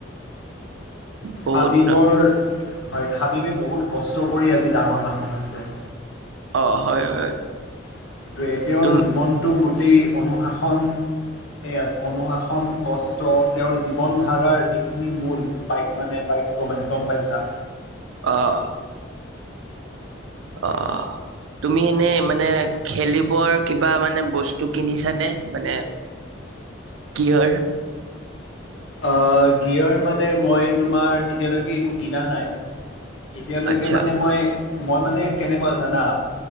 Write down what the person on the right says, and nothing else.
বহুত
অ', হয়, হয়
তুম
অ', অ', তুমি এনেই মানে খেলিবৰ কিবা মানে বস্তু কিনিছানে মানে? কিহৰ?
আচ্ছা